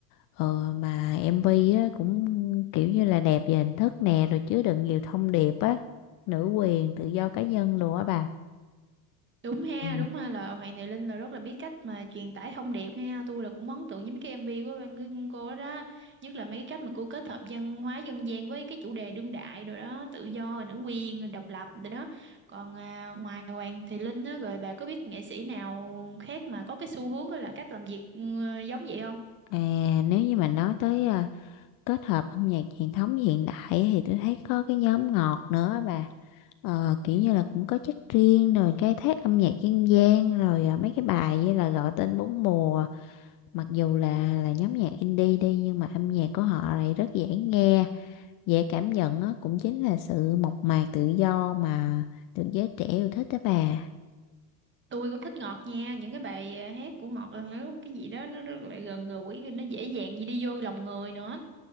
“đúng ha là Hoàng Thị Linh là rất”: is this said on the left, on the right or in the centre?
Right